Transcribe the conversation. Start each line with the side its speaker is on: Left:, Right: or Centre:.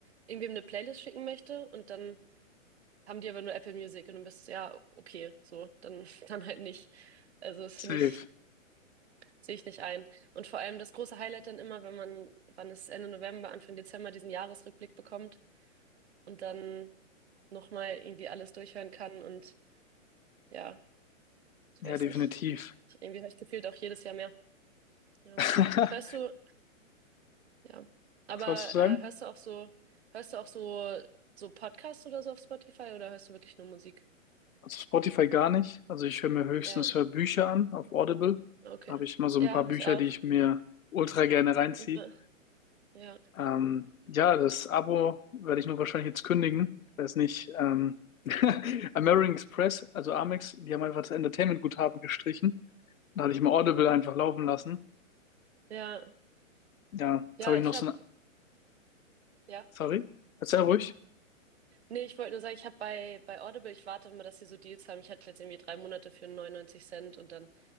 Right: irgendwem eine Playlist schicken möchte und dann haben die aber nur Apple Music und du bist, ja, okay, so, dann, <laughs> dann halt nicht. Also das
Left: Safe.
Right: finde ich, sehe ich nicht ein. Und vor allem das große Highlight dann immer, wenn man, wann es Ende November, Anfang Dezember diesen Jahresrückblick bekommt und dann nochmal irgendwie alles durchhören kann und ja, ich
Left: Ja,
Right: weiß
Left: definitiv.
Right: nicht. Irgendwie habe ich gefühlt auch jedes Jahr mehr. Ja.
Left: <laughs> Was
Right: Hörst du, Ja. Aber
Left: wolltest du sagen?
Right: äh, hörst du auch so, hörst du auch so, so Podcasts oder so auf Spotify oder hörst du wirklich nur Musik?
Left: Also Spotify gar nicht. Also ich höre mir höchstens
Right: Ja,
Left: Hörbücher an auf Audible.
Right: okay.
Left: Da habe ich immer so
Right: Ja,
Left: ein paar
Right: habe
Left: Bücher,
Right: ich auch.
Left: die ich mir ultra gerne reinziehe.
Right: Ja, ja.
Left: Ähm, ja, das Abo werde ich nur wahrscheinlich jetzt kündigen. Ich weiß nicht. Ähm, <laughs> American Express, also Amex, die haben einfach das Entertainment-Guthaben gestrichen. Da hatte ich mal Audible
Right: Oh.
Left: einfach laufen lassen.
Right: Ja,
Left: Ja, jetzt
Right: ja,
Left: habe ich
Right: ich
Left: noch so
Right: habe,
Left: ein...
Right: ja.
Left: Sorry, erzähl ruhig.
Right: Nee, ich wollte nur sagen, ich habe bei, bei Audible, ich warte immer, dass sie so Deals haben. Ich hatte jetzt irgendwie drei Monate für neunundneunzig Cent und dann